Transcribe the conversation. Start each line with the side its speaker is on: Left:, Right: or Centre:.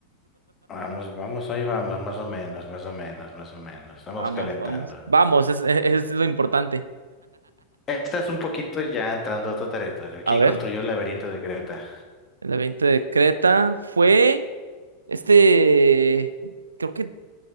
Left: Vamos, vamos, hoy vamos, más o menos, más o menos, más o menos. Estamos
Right: Vamos,
Left: calentando.
Right: vamos, vamos, es, es- es lo importante.
Left: Esta es un poquito ya entrando a otro territorio.
Right: A
Left: ¿Quién
Right: ver,
Left: construyó el laberinto de Creta?
Right: el evento de Creta fue este, creo que,